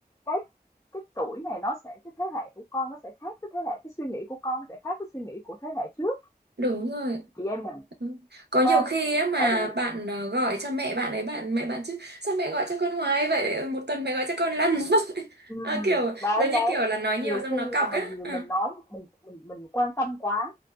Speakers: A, on the left; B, on the right.
A: cái cái tuổi này nó sẽ cái thế hệ của con nó sẽ khác với thế hệ cái suy nghĩ của con nó sẽ khác với suy nghĩ của thế hệ trước
B: đúng rồi
A: chị em mình
B: Ừ. Có
A: ha
B: nhiều khi á mà
A: tại vì
B: bạn ờ, gọi cho mẹ bạn ấy bạn mẹ bạn chứ sao mẹ gọi cho con hoài vậy một tuần mẹ gọi cho con lần <laughs>
A: Ừm,
B: à, kiểu
A: đấy,
B: giống như
A: đấy,
B: kiểu là nói nhiều
A: nhiều
B: xong
A: khi
B: nó
A: là
B: cọc á
A: mình
B: à,
A: mình nói mình mình mình quan tâm quá,